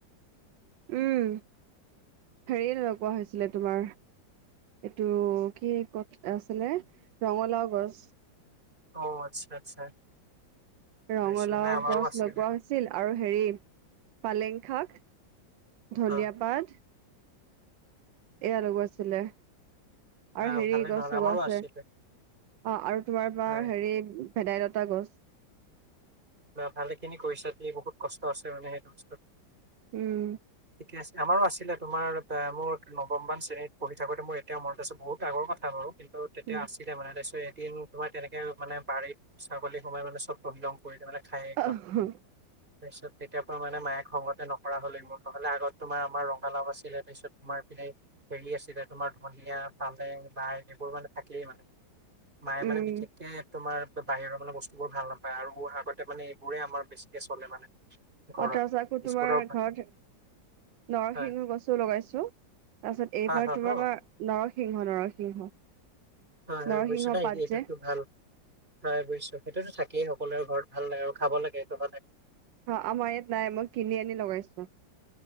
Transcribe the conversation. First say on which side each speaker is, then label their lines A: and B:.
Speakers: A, on the right; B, on the right.
A: উম হেৰিয়ে ননেুৱা হৈছিলে তোমাৰ এইটো কি ক আছিলে ৰঙালাও গছ
B: অ আচ্ছা আচ্ছা
A: ৰঙালাও
B: বুজিছোঁ নাই আমাৰো
A: গছ
B: আছিলে
A: লগোৱা হৈছে আছিল আৰু হেৰি পালেং শাক ধনিয়া
B: অ'।
A: পাত এয়া লগোৱা আছিলে
B: না
A: আৰু হেৰি
B: ভালে
A: গছ
B: নহ'লে
A: লগোৱা
B: আমাৰো
A: আছে
B: আছিলে
A: অ আৰু তোমাৰ বাাৰ
B: হয়।
A: হেৰি ভেদাইলতা গছ
B: বা ভালেখিনি কৰিছা দ বহুত কষ্ট আছে মানে সেইটো বস্তুত
A: উম
B: ঠিক আমো আছিলে তোমাৰ মোৰ নৱমবান শ্ৰেণীতঢ়ি থো মোৰ এতিয়া অম বহুত আগৰ কথা বাৰু কিন্তু তেতিয়া
A: উম
B: আছিলে মানে তাৰপিছত এদিন তোমাৰ তেনেকে মানে বাৰীত ছাগলী সোমাই মানে চব পহিলং কৰিলে মানে। খ
A: অ
B: তাৰপিছত তেতিয় পৰা মানে মায়ে খগতে নক কৰা হলে মোৰ নহ'লে আগত তোমাৰ আমাৰ ৰঙালাভ আছিলে তাৰপিছত তোমাৰ পিনে হেৰি আছিলে তোমাৰ ধনিয়া পালেং লাইন এইবোৰ মানে থাকেই মানে মায়ে
A: উম
B: মানে বিশেষকে তোমাৰ বাহিৰৰ মানে বস্তু বোৰ ভাল নাপায় আৰু বোৰ আগতে মানে এইবোৰেই আমাৰ বেছিকে চলে মানে ঘৰত
A: অঁ তাৰছ আকৌ তোমাৰ
B: স্কুলৰ পৰা
A: ঘৰত নৰসিংহ
B: হয়
A: গছো লগাইছো তাৰপিছত এইবাৰ
B: হয় হয়
A: তোমাৰ
B: হয়
A: বাাৰ নৰসিংহ নৰসিংহ
B: হয় হয়
A: নৰসিংহ
B: বুজিছো না
A: পাত
B: এইটোতো
A: যে
B: ভাল হয় বুজিছো সেইটোতো থাকেই সকলোৰে ঘৰত ভাল লাগে আৰু খাব লাগে চবা লাগে
A: অ আমাৰ ইয়াত নাই মই কিনি আনি লগাইছো